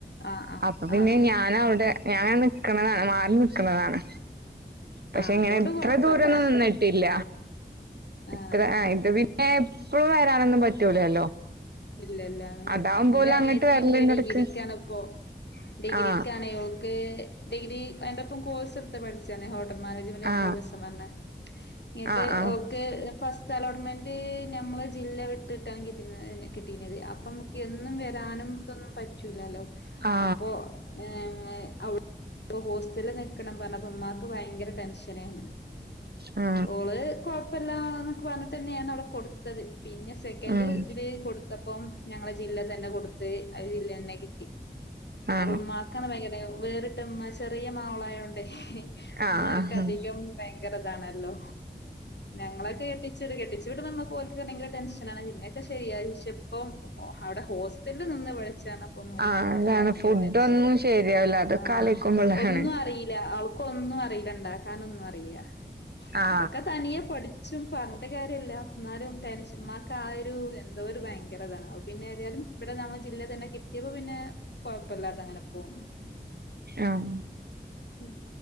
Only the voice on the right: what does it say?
അപ്പൊ പിന്നെ
ഞാനവിടെ ഞാൻ നിക്ക്ണതാണ് മാ ന്ന് നിക്ക്ണതാണ് പക്ഷേ
ഇങ്ങനെ
ഇത്ര
ദൂരൊന്നും നിന്നിട്ടില്ല.
ഇത്ര
ഏ ഇത് പിന്നെ പ്പളും വരാനൊന്നും പറ്റൂലല്ലോ
അതാവുമ്പോലെ
അങ്ങട്ട് വരലുണ്ട്
ഇടക്ക്
ആ
ആ
ആ ആ
ആ
ആ
ഉം
ആ
ആ ആ
ആ
അതാണ്
ഫുഡൊന്നും
ശരിയാവില്ല അതൊക്കെ
ആലോചിക്കുമ്പോളാണ്
ആ
ആഹ്